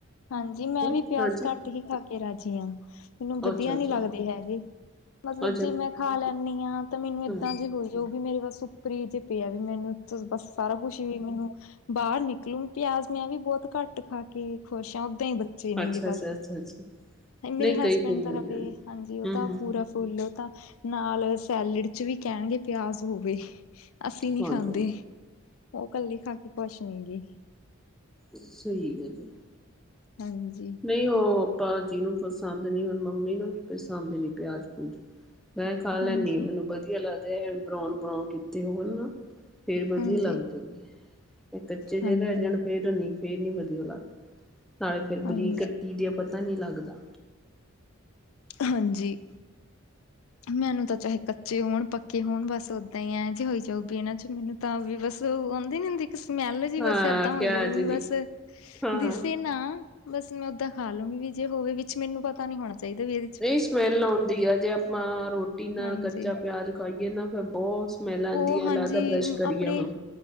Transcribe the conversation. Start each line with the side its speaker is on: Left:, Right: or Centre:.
Left: ਹਾਂਜੀ ਮੈਂ
Centre: ਹੂੰ
Left: ਵੀ ਪਿਆਜ
Centre: ਹਾਂਜੀ
Left: ਘੱਟ। ਹੀ ਖਾ ਕੇ ਰਾਜੀ ਹਾਂ ਮੈਨੂੰ ਵਧੀਆ
Centre: ਅੱਛਾ ਅੱਛਾ
Left: ਨੀ ਲੱਗਦੇ ਹੈਗੇ ਮਤਲਬ
Centre: ਅੱਛਾ
Left: ਜੇ ਮੈਂ। ਖਾ ਲੈਂਦੀ ਹਾਂ ਤਾਂ ਮੈਨੂੰ ਏਦਾਂ
Centre: ਹੂੰ
Left: ਜੇ ਹੋਈ ਉਹ ਵੀ ਮੇਰੇ ਬਸ ਉੱਪਰ ਹੀ ਜੇ ਪਿਆ ਵੀ ਮੈਨੂੰ ਬ ਸਾਰਾ ਕੁਛ ਵੀ ਮੈਨੂੰ ਬਾਹਰ ਨਿਕਲੂ ਪਿਆਜ ਮੈਂ ਵੀ ਬਹੁਤ ਘੱਟ ਖਾ ਕੇ ਖੁਸ਼ ਆ ਓਦਾਂ ਹੀ ਬੱਚੇ।
Centre: ਅੱਛਾ ਅੱਛਾ
Left: ਬਸ
Centre: ਅੱਛਾ ਅੱਛਾ
Left: ਮੇਰੇ
Centre: ਨਹੀਂ
Left: ਹਸਬੈਂਡ
Centre: ਕਈ ਕਈ ਹੂੰ
Left: ਤਾਂ ਹਾਲੇ ਹਾਂਜੀ ਉਹ ਤਾਂ
Centre: ਹੂੰ
Left: ਪੂਰਾ। ਫੁੱਲੋ ਤਾਂ ਨਾਲ ਸੈਲਡ ਚ ਵੀ ਕਹਿਣਗੇ ਪਿਆਜ ਹੋਵੇ। ਅਸੀਂ ਨਹੀਂ
Centre: ਹਾਂਜੀ
Left: ਖਾਂਦੇ
Centre: ਹਾਂਜੀ
Left: ਉਹ ਕੱਲੇ ਖਾ ਕੇ ਖ਼ੁਸ਼ ਨਹੀਂ ਗ।
Centre: ਸਹੀ ਹੈ ਜੀ।
Left: ਹਾਂਜੀ।
Centre: ਨਹੀਂ ਉਹ ਭਾਜੀ ਨੂੰ ਪਸੰਦ ਨਹੀਂ ਹੁਣ ਮੰਮੀ ਨੂੰ ਵੀ ਪਸੰਦ ਨੀ ਪਿਆਜ ਪਿਊਜ਼। ਮੈਂ ਖਾ ਲੈਂਦੀ
Left: ਹਾਂਜੀ,
Centre: ਆਾ ਮੈਨੂੰ ਵਧੀਆ ਲੱਗਦੇ ਆ ਬਰਾਉਣ ਬਰਾਉਨ ਕੀਤੇ ਹੋਣ ਨਾ। ਫੇਰ ਵਧੀਆ
Left: ਹਾਂਜੀ,
Centre: ਲੱਗਦੇ ਨੇ ਤੇ ਕੱਚੇ ਜਿਹੇ
Left: ਹਾਂਜੀ,
Centre: ਤੇ। ਫਿਰ ਨ ਫੇਰ ਨੀ ਵਧੀਆ ਲੱਗਦਾ ਨਾਲੇ ਫੇਰ
Left: ਹਾਂਜੀ,
Centre: ਬਰੀਕ ਕੱਟੀ ਦੇ ਪਤਾ ਨੀ ਲੱਗਦਾ।
Left: ਹਾਂਜੀ ਮੈਨੂੰ ਤਾਂ ਚਾਹੇ ਕੱਚੇ ਹੋਣ ਪ। ਕਿ ਹੁਣ ਬਸ ਓਦਾਂ ਹੀ ਐਂ ਜੇ ਹੋਈ ਜਾਊਗੀ ਇਹਨਾਂ ਚ ਮੈਨੂੰ। ਇਦਾਂ ਵੀ ਬਸ ਆਉਂਦੀ ਨੀ ਹੁੰਦੀ ਇੱਕ ਸਮੈਲ ਜਿਹੀ ਬਸ
Centre: ਹਾਂ
Left: ਏਦਾਂ
Centre: ਪਿਆਜ
Left: ਹੋਈ ਉਹ ਵੀ
Centre: ਦੀ
Left: ਬਸ
Centre: ਹਾਂ
Left: ਦਿਸੇ ਨਾ ਬਸ ਮੈਂ ਓਦਾਂ ਖਾ ਲੂੰਗੀ ਵੀ ਜੇ ਹੋਵੇ ਵਿੱਚ ਮੈਨੂੰ ਪਤਾ ਨਹੀਂ ਹੋਣਾ ਚਾਹੀਦਾ ਵੀ ਇਹ
Centre: ਨਹੀਂ ਸਮੈਲ ਆਉਂਦੀ ਆ ਜੇ ਆਪਾਂ ਰੋਟੀ ਨਾਲ
Left: ਹਾਂਜੀ।
Centre: ਕੱਚਾ ਪਿਆਜ ਖਾਈਏ ਨਾ ਫਿਰ ਬਹੁਤ। ਸਮੈਲ ਲਾਂਉਂਦੀ
Left: ਉਹ
Centre: ਆ
Left: ਹਾਂਜੀ
Centre: ਲਗਦਾ ਬਰਸ਼ ਕਰੀਏ
Left: ਆਪਣੇ
Centre: ਹੁਣ।